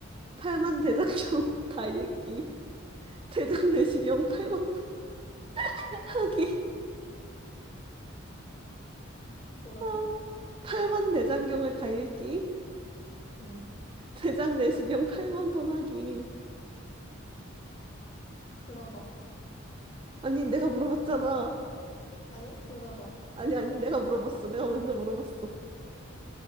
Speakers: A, on the right; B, on the left.
A: 팔만 대장경 <laughs> 다 읽기, 대장 내시경 팔만 <laughs> 하기.
B: 뭐라고?
A: 아, 팔만 대장경을 다 읽기.
B: 응?
A: 대장 내시경 8만 번 하기.
B: 골라봐.
A: 아니, 내가 물어봤잖아.
B: 아니, 골라봐.
A: 아니, 아니, 내가 물어봤어. 내가 먼저 물어봤어.